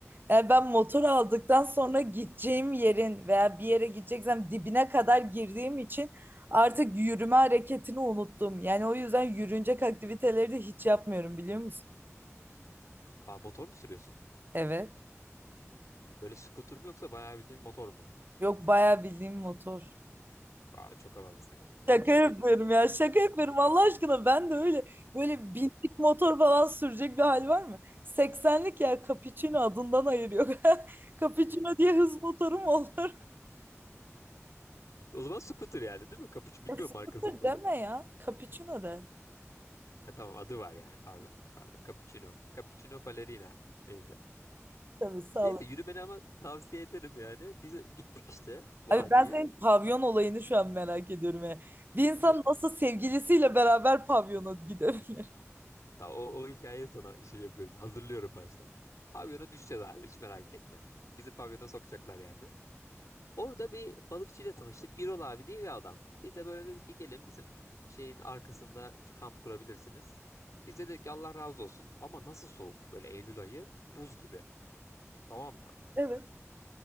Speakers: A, on the right; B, on the left.
A: Yani ben motor aldıktan sonra gideceğim yerin veya bir yere gideceksem dibine kadar girdiğim için artık yürüme hareketini unuttum. Yani o yüzden yürünecek aktiviteleri de hiç yapmıyorum biliyor musun?
B: Aa, motor mu sürüyorsun?
A: Evet.
B: Böyle scooter mu yoksa bayağı bildiğin motor mu?
A: Yok bayağı bildiğim motor.
B: Aa, çok havalısın ya güzel
A: Şaka
B: bir şey
A: yapıyorum
B: değil mi?
A: ya şaka yapıyorum Allah aşkına ben de öyle böyle binlik motor falan sürecek bir hal var mı? 80'lik ya Capuchino adından ayırıyor. <laughs> Capuchino diye hız motorum olur. <laughs>
B: O zaman scooter yani değil mi? Cappuccino bilmiyorum
A: E, scooter
B: markasını ben.
A: deme ya Capuchino de.
B: Ha, tamam adı var yani pardon. Pardon Cappuccino. Cappuccino Ballerina. Neyse.
A: Tabii sağ
B: Neyse
A: ol.
B: yürümeni ama tavsiye ederim yani. Biz gittik işte vadiye.
A: Abi ben senin pavyon olayını şu an merak ediyorum ya. Bir insan
B: İşte
A: nasıl sevgilisiyle beraber pavyona gidebilir? <laughs>
B: ta- o, o hikayeyi sana şey yapıyorum. Hazırlıyorum baştan. Pavyona düşeceğiz abi hiç merak etme. Bizi pavyona sokacaklar yani. Orada bir balıkçıyla tanıştık. Birol abi diye bir adam. Bize böyle dedi ki gelin bizim şeyin arkasında kamp kurabilirsiniz. Biz de dedik ki Allah razı olsun ama nasıl soğuk böyle Eylül ayı buz gibi tamam mı?
A: Evet.